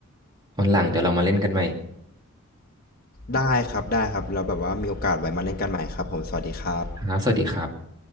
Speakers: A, on the right; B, on the left.
A: วันหลังเดี๋ยวเรามาเล่นกันใหม่
B: ได้ครับได้ครับแล้วแบบว่ามีโอกาสไว้มาเล่นกันใหม่ครับผมสวัสดีครับ
A: ครับสวัสดีครับ